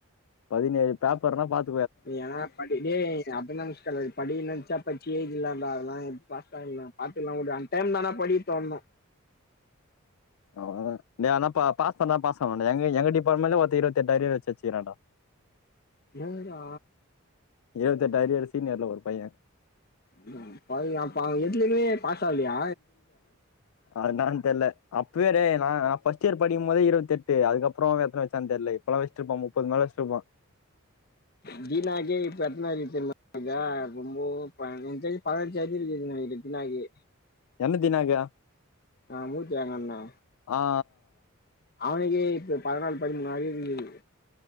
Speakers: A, on the left; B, on the left.
A: பதினேழு பேப்பர்னா பாத்
B: ஏன்னா படி டே <unintelligible> படிக நென்ச்சா பட்ச்சி எழ்தீர்லான்டா அதல்லா பாசாயிர்லா பாத்துக்லா உடு அன்டைம் தானா படிக் தோண்ணு
A: அவளதா டே ஆனா ப பாஸ் பண்ணா பாஸ் ஆவணுன்டா எங்க எங்க டிபார்ட்மெண்ட்ல ஒர்த்த இருவத்தெட்டு அரிய வெச்சு வெச்சிகுரான்டா
B: என்டா
A: இருவத்தெட்டு அரியரு சீனியர்ல ஒரு பைய
B: <unintelligible> பாவோ எதுலிமே பாசோ இல்லையா
A: அதா தெர்ல அப் வேற நான் ஃபஸ்ட் இயர் படிக்குமோதே இருவத்தெட்டு அதுக்கப்றோ எத்தன வெச்சான் தெர்ல இப்பெல்லா வெச்சிட்ருப்பா முப்பதுக் மேல வெச்ட்ருப்பா
B: தீனாக்கே இப்பத்னாரு தெர்மா அ க ரொம்போ <unintelligible> உனக் தெரிஞ்சி பதிணஞ்சி அரியர் எதுனா இருக்குனாயி
A: எர்னூத்தி நாகா
B: ஆ மூத்தி அங்கண்ணா
A: ஆ
B: அவனுக்கே இப்ப பதனால் பதிமூணு அரியர்க்கிது